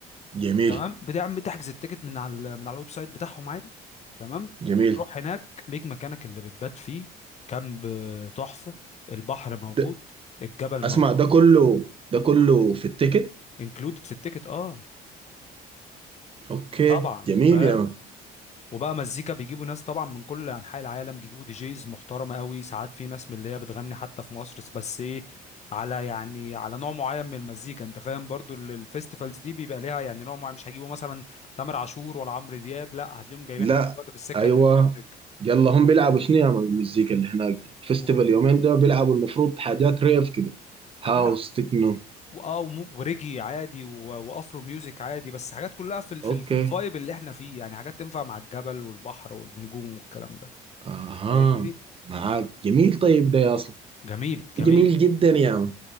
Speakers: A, on the right; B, on the left.
A: جميل
B: تمام بتعمل تحجز التيكت من على ال- من على الويب سايت بتاعهم عادي تمام
A: جميل
B: وبتروح هناك ليك مكانك اللي بتبات فيه كامب آه، تحفة البحر موجود
A: ده
B: الجبل
A: اسمع
B: موجود
A: ده كله ده كله في التيكت
B: انكلودد في التيكت اه
A: اوكي
B: طبعا
A: جميل
B: فاهم
A: يا مان
B: وبقى مزيكا بيجيبوا ناس طبعا من كل انحاء العالم بيجيبوا دي جيز محترمه قوي ساعات في ناس من اللي هي بتغني حتى في مصر بس ايه على يعني على نوع معين من المزيكا انت فاهم برضو ال- الفيستيفالز دي بيبقى ليها يعني نوع معين مش هيجيبوا مثلا تامر عاشور ولا عمرو دياب لا هتلاقيهم جايبين
A: لا
B: حد برضه في السكه
A: ايوه
B: الالكترونيك
A: يلا هم بيلعبوا شنو يا مان المزيكا اللي هناك دي فيستيفال
B: وال-
A: يومين ده بيلعبوا المفروض حاجات ريف كده
B: كلها
A: هاوس تكنو
B: اه وم- وريجي عادي و- وافرو ميوزك عادي بس حاجات كلها في ال في,
A: اوكي
B: ال في الفايب اللي احنا فيه يعني حاجات تنفع مع الجبل والبحر والنجوم والكلام ده
A: اها
B: فاهمني
A: معاك جميل طيب ده يا اصلا
B: جميل
A: ده
B: جميل
A: جميل جدا يا مان